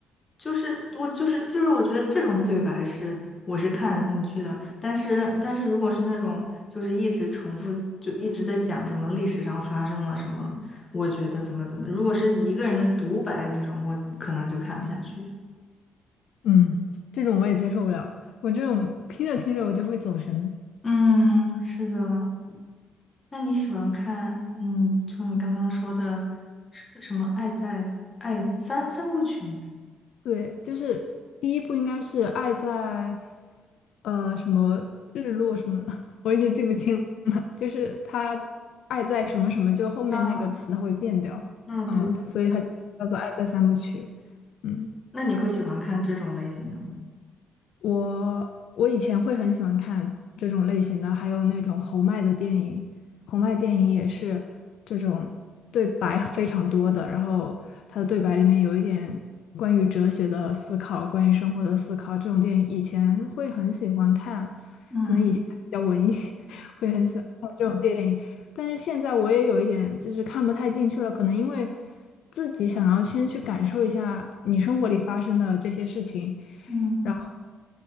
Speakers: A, on the left; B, on the left.
A: 就是我就是就是我觉得这种对白是我是看得进去的，但是但是如果是那种就是一直重复就一直在讲什么历史上发生了什么，我觉得怎么怎么，如果是一个人的独白这种，我可能就看不下去。
B: 嗯，这种我也接受不了，我这种听着听着我就会走神。
A: 嗯，是的。那你喜欢看，嗯，就你刚刚说的什什么《爱在爱三三部曲》？
B: 对，就是第一部应该是爱在，呃，什么日落什么的，<laughs> 我已经记不清了。就是他爱在什么什么，就后面那个词它会变掉，
A: 啊，嗯，
B: 嗯，
A: 对对
B: 它所以它就叫做爱在三部曲，嗯。
A: 那你会喜欢看这种类型的吗？
B: 我我以前会很喜欢看这种类型的，还有那种侯麦的电影，侯麦电影也是这种对白非常多的，然后他的对白里面有一点关于哲学的思考，关于生活的思考，这种电影以前会很喜欢看，
A: 嗯
B: 可能以前还比较文艺，<laughs> 会很喜欢看这种电影，但是现在我也有一点就是看不太进去了，可能因为自己想要先去感受一下你生活里发生的这些事情。
A: 嗯
B: 然